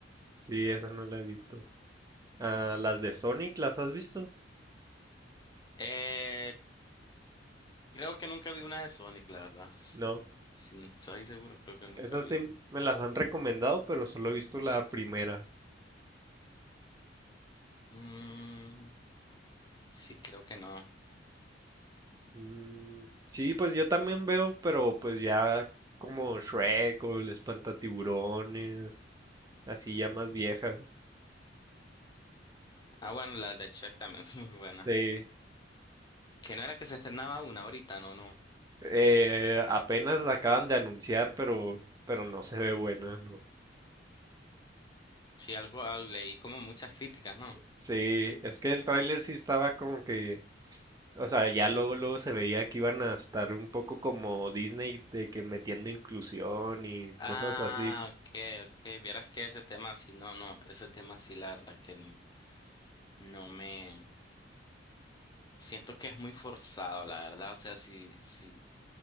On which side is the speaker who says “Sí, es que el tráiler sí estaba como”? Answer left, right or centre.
Right